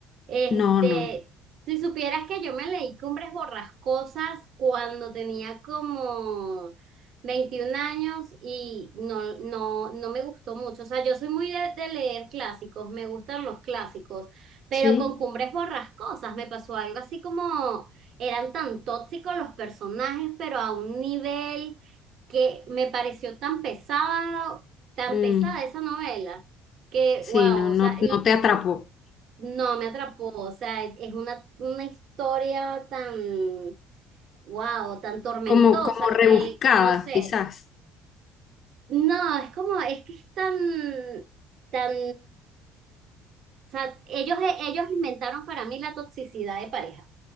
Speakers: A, on the right; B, on the left.
A: Este,
B: No, no.
A: si supieras que yo me leí Cumbres Borrascosas cuando tenía como 21 años y no, no, no me gustó mucho. O sea, yo soy muy de, de leer clásicos, me gustan los clásicos, pero
B: ¿Sí?
A: con Cumbres Borrascosas me pasó algo así como eran tan tóxicos los personajes, pero a un nivel que me pareció tan pesado, tan
B: Mm,
A: pesada esa novela que,
B: sí,
A: wow,
B: no,
A: o
B: no,
A: sea,
B: no te atrapó.
A: no, me atrapó, o sea, e-, es una, una historia tan, wow, tan tormentosa
B: Como, como rebuscada,
A: que, que no sé,
B: quizás.
A: no, es como, es que es tan, tan, o sea, ellos, ellos inventaron para mí la toxicidad de pareja.